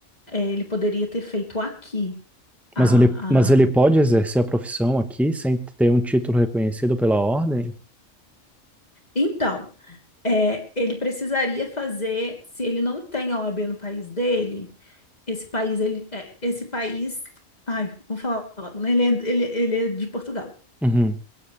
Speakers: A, on the left (about 30°); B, in the centre.
A: é, ele poderia ter feito aqui. Ah,
B: Mas ele, mas ele
A: ah.
B: pode exercer a profissão aqui sem ter um título reconhecido pela ordem?
A: Então, é, ele precisaria fazer, se ele não tem a OAB no país dele, esse país, ele, é, esse país, ai, vou falar logo, né? Ele é, ele, ele é de Portugal.
B: Uhum.